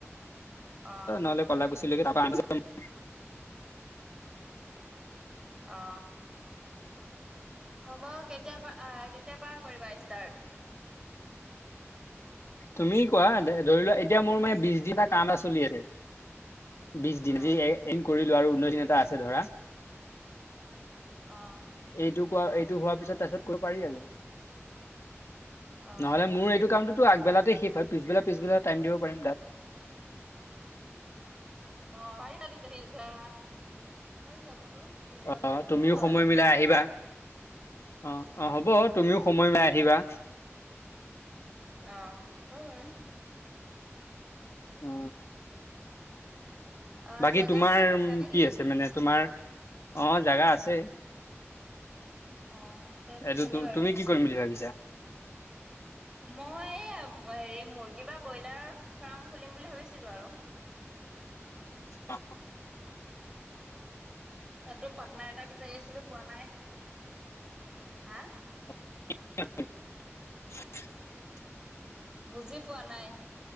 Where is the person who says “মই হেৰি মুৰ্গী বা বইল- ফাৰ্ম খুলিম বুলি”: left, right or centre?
Right